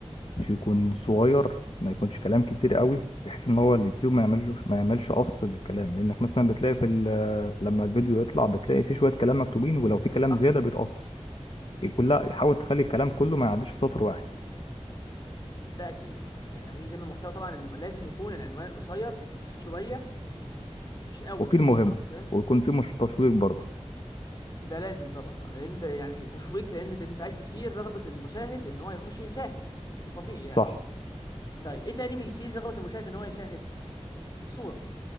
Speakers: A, on the left; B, on the left.
A: مش يكون صغير ما يكونش كلام كتير قوي بحيث ان هو اليوتيوب ما يعملش ما يعملش قص للكلام لانك مثلا بتلاقي في ال- لما الفيديو يطلع بتلاقي في شويه كلام مكتوبين ولو في كلام
B: صح
A: زياده بيتقص كلها حاول تخلي الكلام كله ما يعديش سطر واحد
B: ده اكيد يعني لما تيجي تعمل محتوى طبعا الم- لازم يكون العنوان قصير شويه مش قوي
A: وفي
B: يعني
A: المهم
B: برضه فاهم
A: ويكون في مش تشويق برضه
B: ده لازم طبعا آه، لان انت يعني تشويق لان ده انت عايز تثير رغبه المشاهد ان هو يخش يشاهد ده طبيعي يعني
A: صح
B: طيب ايه تاني بيثير رغبه المشاهد ان هو يشاهد الصوره